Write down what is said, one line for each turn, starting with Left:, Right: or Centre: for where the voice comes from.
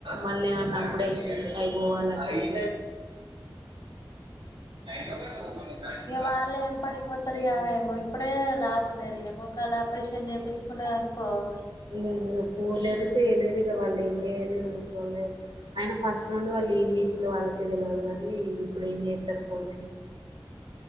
Right: మల్లేమన్న అమ్ముడయితే అయి పోవాలంటే యి హడ్రోగా
Left: వాళ్లేం పనికి పోతరు ఇగ ఏమో ఇప్పుడే లావు ఉన్నది ఇగ మోకాళ్ళ ఆపరేషన్ చేపిచుకున్నదనుకో ఆ
Right: లే పోలేరు చేయలేరు ఇగ వాళ్ళు ఏం చేయలేరు ముసలోళ్ళు అయిల్లు అయిన ఫస్ట్ నుండి వాళ్ళు ఏం చేసిళ్ళు వాళ్ళకి తెలవదు కానీ ఇప్పుడు ఏం చేస్తరు పోడిచి